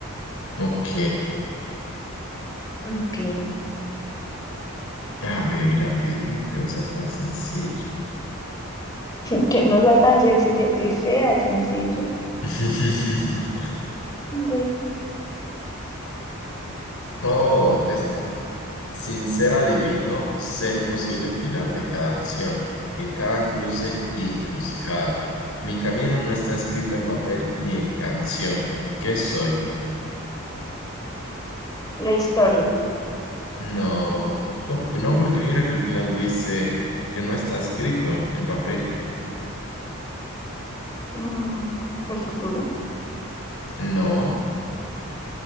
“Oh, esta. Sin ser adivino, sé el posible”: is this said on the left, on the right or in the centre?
Left